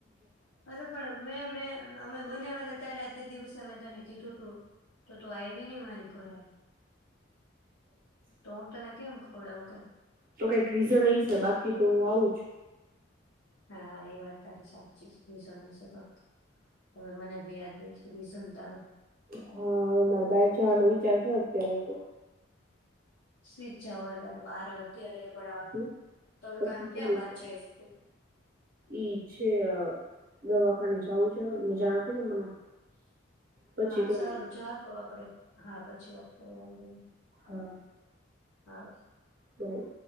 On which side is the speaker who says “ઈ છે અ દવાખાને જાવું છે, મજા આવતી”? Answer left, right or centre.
Right